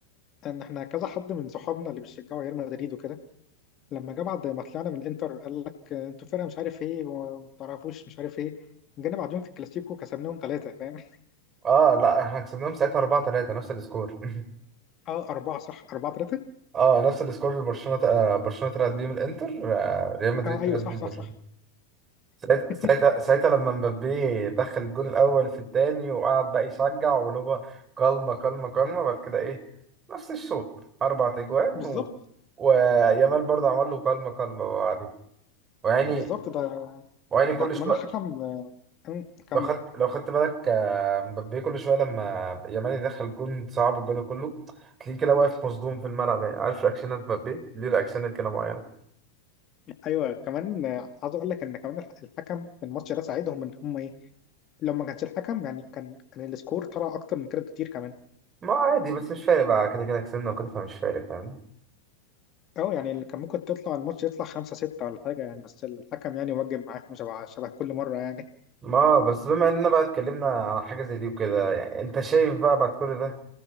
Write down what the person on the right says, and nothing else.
اه لا احنا كسبناهم ساعتها 4 3 نفس السكور <laughs>
اه نفس السكور اللي برشلونه ت- آه، برشلونه طلعت بيه من الانتر آه، ريال مدريد
طلعت
بيه من
برشلونه
ساعت-
ساعتها ساعتها لما مبابي دخل الجول الاول في الثاني وقعد بقى يشجع ولوبا كلمه كلمه كلمه بعد كده ايه نفس الشوط اربع تجوان
و... ويامال برضه عمل له كلمه كلمه بعدين ويعني
ويعني كل
شويه
لو خدت لو خدت بالك آه، مبابي كل شويه لما يامال يدخل جون صعب والجون كله تلاقيه كده واقف مصدوم في الملعب يعني عارف رياكشنات مبابي ليه رياكشنات كده معينه
ما هو عادي بس مش فارق بقى كده كده كسبنا وكده فمش فارق فاهم
ما بس بما اننا بقى اتكلمنا على حاجه زي دي وكده يعني انت شايف بقى بعد كل ده